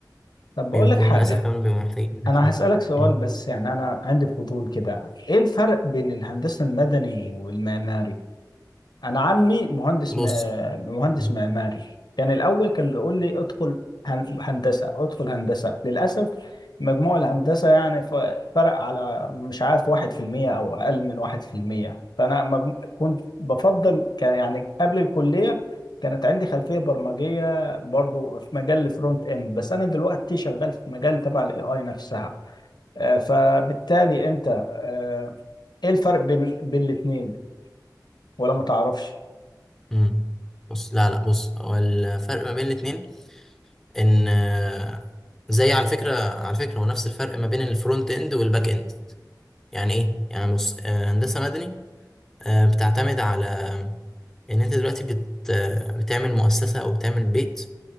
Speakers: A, on the left; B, in the centre.
A: طب بقول
B: بيكونوا
A: لك حاجة
B: للأسف كمان بيبقوا محتاجين
A: انا
B: تدريب.
A: هسألك سؤال
B: مم.
A: بس يعني انا عندي فضول كده ايه الفرق بين الهندسة المدني والمعماري انا عمي مهندس
B: بص
A: م... آه، مهندس
B: مم.
A: معماري كان الاول كان بيقول لي ادخل هن... هندسه ادخل هندسه للاسف مجموع الهندسه يعني ف... فرق على مش عارف 1% او اقل من 1% فانا مج... كنت بفضل كان يعني قبل الكليه كانت عندي خلفيه برمجيه برضو في مجال الفرونت اند بس انا دلوقتي شغال في مجال تبع الاي اي نفسها آه، فبالتالي انت آه، ايه الفرق بين بين الاثنين ولا ما تعرفش
B: مم. بص لا لا بص هو الفرق ما بين الاتنين ان آه، زي على فكرة على فكرة هو نفس الفرق ما بين الفرونت اند والباك اند يعني ايه يعني بص آه، هندسة مدني آه، بتعتمد على ان انت دلوقتي بت آه، بتعمل مؤسسة او بتعمل بيت